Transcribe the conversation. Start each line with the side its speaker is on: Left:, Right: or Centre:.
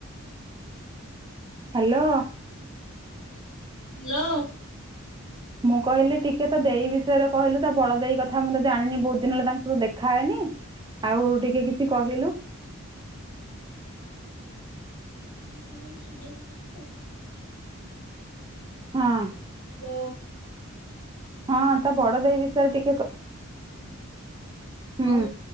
Right: ହ୍ୟାଲୋ।
Left: ଲୋ!
Right: ମୁଁ କହିଲି ଟିକେ, ତ ଦେଇ ବିଷୟରେ କହିଲୁ? ତ ବଡ ଦେଇ କଥା ମୁଁ ତ ଜାଣିନି! ବହୁତ ଦିନ ହେଲା ତାଙ୍କସହ ଦେଖାହେଇନି। ଆଉ ଟିକେ କିଛି କହିଲୁ?
Left: ଏଇନେ ସୁଭୁଚି ତ?
Right: ହଁ।
Left: ତୋ
Right: ହଁ, ତା ବଡ ଦେଇ ବିଷୟରେ ଟିକେ କ ହୁଁ
Left: ଅଉ